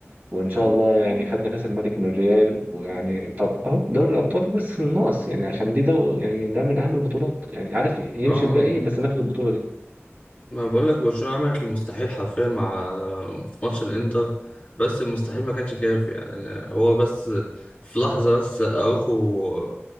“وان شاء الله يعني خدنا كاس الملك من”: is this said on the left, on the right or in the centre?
Right